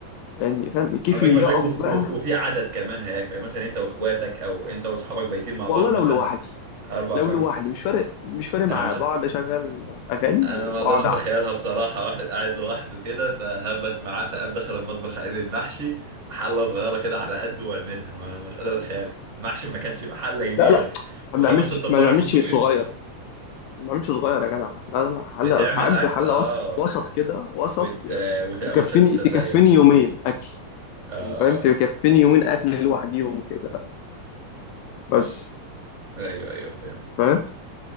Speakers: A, on the left (about 80°); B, on the right (about 45°).
A: يعني فاهم كيفي
B: عندك مزاج
A: يقف
B: وفي,
A: بقى
B: وفي عدد كمان هياكل يعني مثلا انت واخواتك او انت واصحابك بايتين مع
A: والله
B: بعض مثلا
A: لو لوحدي
B: اربع
A: لو
B: خمس
A: لوحدي مش فارق مش فارق معايا
B: انا مش
A: بقعد اشغل اغاني
B: انا
A: واقعد
B: ما اقدرش اتخيلها
A: اعمل
B: بصراحه واحد قاعد لوحده كده فهبت معاه فقام دخل المطبخ عامل المحشي حله صغيره كده على قده واعملها أنا ما مش قادر اتخيل المحشي ما كانش يبقى حله كبيره
A: لا لا ما
B: وخمس
A: بنعملش
B: ست نفار
A: ما بنعملش
B: ينطوا فيه
A: صغير ما بنعملش صغير يا جدع لا لا لا حل
B: بتعمل
A: بحب
B: اكل
A: حل
B: اه
A: وسط وسط كده وسط
B: وت... وتبقى
A: تكفيني
B: متشال في التلاجة
A: تكفيني يومين اكل
B: اه
A: يعني فاهم تكفيني
B: اه
A: يومين اكل لوحديهم كده بس
B: ايوه ايوه فاهم
A: فاهم